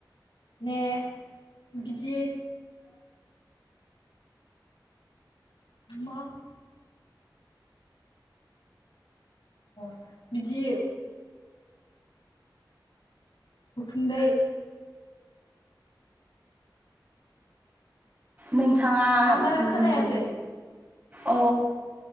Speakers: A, on the left; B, on the right.
A: ने बिदि मा अ बिदि उखुन्दै
B: नोंथाङा
A: आं बारा
B: उम
A: खोनायासै
B: अ